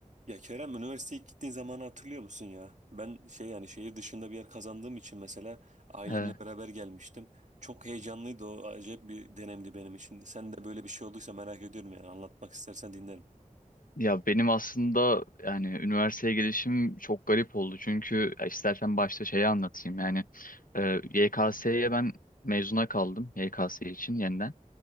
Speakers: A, on the right; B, on the left.
A: Ya Kerem üniversiteye ilk gittiğin zamanı hatırlıyor musun ya? Ben şey yani şehir dışında bir yer kazandığım için mesela ailemle
B: Evet.
A: beraber gelmiştim. Çok heyecanlıydı o acayip bir dönemdi benim için. Sen de böyle bir şey olduysa merak ediyorum yani anlatmak istersen dinlerim.
B: Ya benim aslında yani üniversiteye gelişim çok garip oldu. Çünkü ya istersen başta şeyi anlatayım. Yani e, YKS'ye ben mezuna kaldım YKS için yeniden.